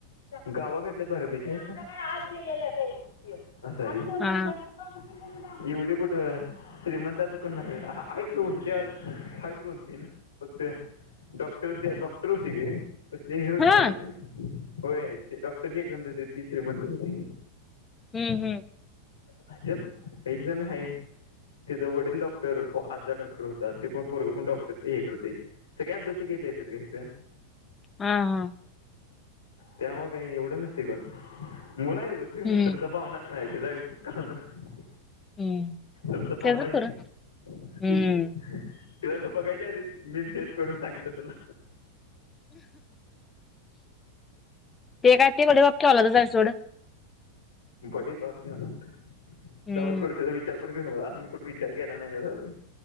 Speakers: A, on the left; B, on the left.
A: <inaudible> गावाकडले बऱ्यापैकी.. अन आमच्याकडे आज गेलेले काही मुली आहे असं का... आम्ही कोणच
B: हा
A: घरचं काम <inaudible> एवढे कुठे श्रीमंताचं कोण नाही आहेत <inaudible> आहेत दोन तीन फक्त डॉक्टर.. डॉक्टर होती ग <inaudible>
B: हा
A: <inaudible> होय ते डॉक्टरची एक्झाम देत होती ती श्रीमंत होती...
B: हम्म हम्म
A: त्यांच्यात एक जण हाये त्याचा वडील डॉक्टर... आजा डॉक्टर होता ते पण पोरगं पण डॉक्टरची हे करते सगळ्या अभ्यास.. भ्यासाला येतात गं हितं
B: हा हा
A: त्यामुळे काही एवढं नसते कोण मुलं आहे <inaudible>
B: हम्म
A: तुमचा पाव्हणं नाही तिझा विषय काढू नका.
B: हम्म
A: तुमचं पाहुण
B: त्याच
A: आहेत
B: पुरं
A: ते.
B: हम्म
A: तिला तर बघायच्या आधीच मी चेंज करून सांगितलं तुला.
B: ते काय <unintelligible> सोड
A: बडी बाप की औलाद
B: हम्म
A: जाऊदे सोड त्याचा विचार पण. घेऊ नको आणि मी कुठ विचार केला नाही त्याचा अजून.